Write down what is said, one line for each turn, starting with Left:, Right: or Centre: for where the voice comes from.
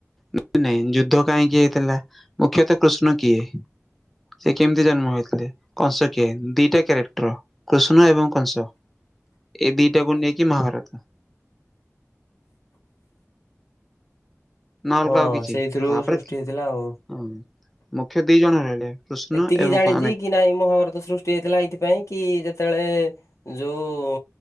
Centre: ନାଇଁ ନାଇଁ ଯୁଦ୍ଧ କାହିଁକି ହେଇଥିଲା ମୁଖ୍ୟତଃ କୃଷ୍ଣ କିଏ? ସିଏ କେମତି ଜନ୍ମ ହେଇଥିଲେ କଂସ କିଏ ଦିଟା କ୍ୟାରେକ୍ଟର। କୃଷ୍ଣ ଏବଂ କଂସ ଏଇ ଦିଟାକୁ ନେଇକି ମହାଭାରତ। ନା ଅଲଗା
Left: ହଁ
Centre: ଆଉ କିଛି
Left: ସେଇଥିରୁ
Centre: ତାପରେ
Left: ସୃଷ୍ଟି
Centre: ହଁ
Left: ହେଇଥିଲା ଆଉ।
Centre: ମୁଖ୍ୟ ଦି ଜଣ ରହିଲେ। କୃଷ୍ଣ
Left: ଏତିକି
Centre: ଏବଂ
Left: ଜାଣିଚି
Centre: କଣ
Left: କି ନାଇଁ ମହାଭାରତ ସୃଷ୍ଟି ହେଇଥିଲା ଏଇଥିପାଇଁ କି ଯେତବଳେ ଯୋଉ